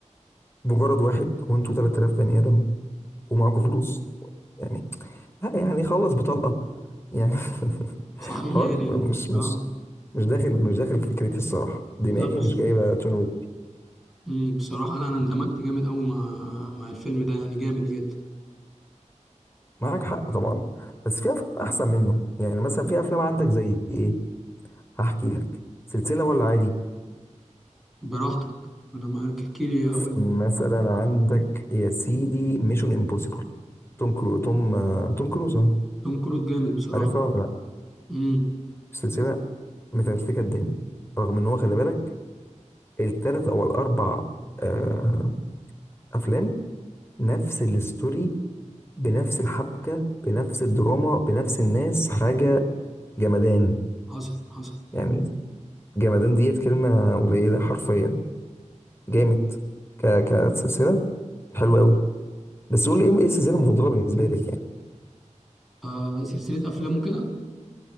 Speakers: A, on the left; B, in the centre.
A: مجرد واحد وانتوا 3000 بني ادم ومعاكوا فلوس يعني لا يعني خلص بطلقه يعني <laughs>
B: صحيح
A: حوار
B: يعني
A: مش مش
B: اه
A: مش داخل مش داخل فكرتي الصراحه دماغي
B: لا بس
A: مش جايبه تون ويك
B: مم، بصراحه لا انا اندمجت جامد قوي مع مع الفيلم ده يعني جامد جدا
A: معاك حق طبعا بس في افلام احسن منه يعني مثلا في افلام عندك زي ايه هحكي لك سلسله ولا عادي
B: براحتك انا معاك احكي لي قول لي.
A: مثلا عندك يا سيدي ميشن امبوسيبل توم كرو توم آه، توم كروز اه.
B: توم كروز جامد بصراحة
A: عارفها ولا لا
B: امم
A: السلسله متكتكه الدنيا رغم ان هو خلي بالك التلات او الاربع آه افلام نفس الستوري بنفس الحبكه بنفس الدراما بنفس الناس حاجه جمدان
B: حصل حصل
A: يعني جمدان ديت كلمه قليله حرفيا جامد ك كسلسله حلوه قوي بس قول لي ايه إيه السلسله المفضله بالنسبه لك يعني
B: آه سلسلة أفلامه كده